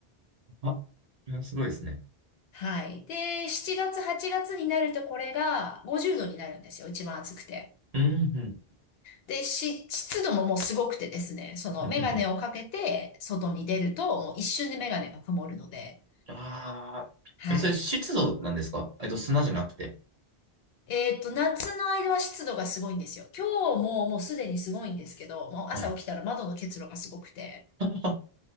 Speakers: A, on the right; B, on the left.
A: あ、それはすごいですね。
B: はい。で、7月、8月になるとこれが50度になるんですよ。一番暑くて。
A: うん
B: で、し、湿度ももうすごくてですね、そのメガネをかけて外に出ると、
A: うん。
B: もう一瞬でメガネが曇るので、
A: ああ、
B: はい。
A: えそれ湿度なんですかえっと、砂じゃなくて。
B: えーっと、夏の間は湿度がすごいんですよ。今日ももうすでにすごいんですけど、もう朝起きたら窓の結露がすごくて。
A: はい。<laughs>